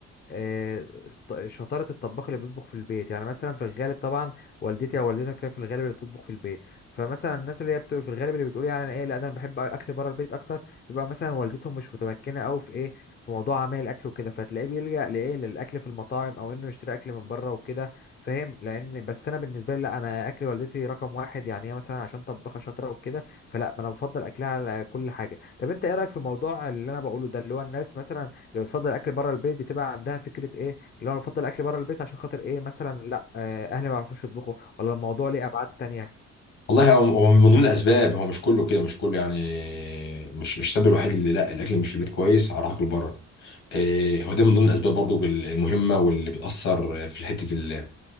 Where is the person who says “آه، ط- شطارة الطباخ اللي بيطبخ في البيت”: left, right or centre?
Left